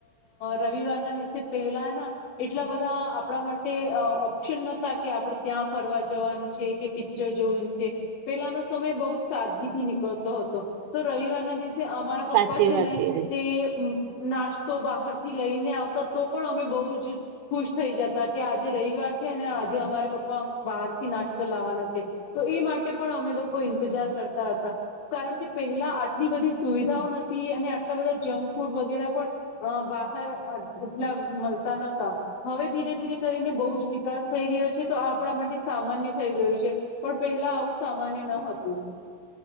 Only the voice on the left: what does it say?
રવિવાર ના દિવસે પહેલા, એટલા બધા આપણા માટે. તે ઓપ્શન નતા કે આપડે ત્યાં ફરવા જવાનું છે, કે પિક્ચર જોવું છે, પેલાનો સમય બહ સાદગીથી નીકળતો હતો તો રવિવારના દિવસે અમારા
પપ્પા છે,
ને
તે નાસ્તો બહ. લઈને આવતા તો પણ, અમે બહુ જ ખુશ થઈ જતા. કે આજે રવિર છે, અને આજે અમારા. પણ બહાર થી નાસ્તો લાવવાના તો એ માટે પણ અમે લોકો ઈન જર કરતા હતા કારણ કે પહેલા આટલી બધી સુવિધાઓ નથી અને આટલા બધા જંક ફૂડ વગેરે પણ અહ બહાર અ એટલા મળતા નહતા, હવે ધીરે ધીરે કરીને બહુ જ વિકાસ થઈ રહ્યો છે તો આ આપણા માટે સામાન્ય થઈ ગયું છે, પણ પહેલા આવું સામાન્ય ન હતું.